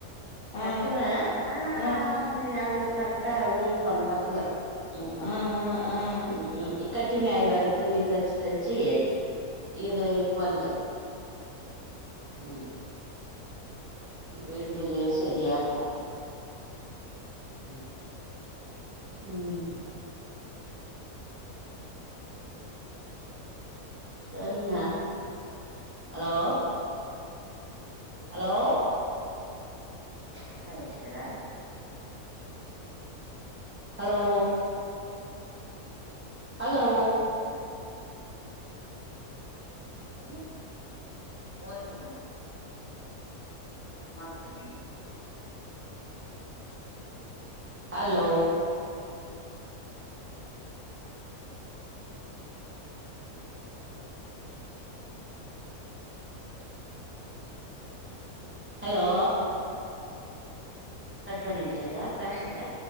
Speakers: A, on the left; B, on the right.
A: ஆ
B: தெக்குவே ஆனா
A: ஆ ஆ
B: அது அது கரெக் ட்ட மூவ் பண்ண கத்துக்குல ம்ம்
A: ஆ ஆ ஆ
B: ம் ம் இக்கட்டிங் ஆயி வர துணிய தச்சி தச்சி இது இது பண்ல ம் இந்த இதுலயே சரியாருக்கு ம்ம் ம் சேரிங்க ஹலோ ஹலோ அத்த ஐஸ்வரா ஹலோ ஹலோ எங்க போகிட்டாங்க மாட்டே அலோ அலோ கட் பண்ணியாச்சாகா பேஸ்ல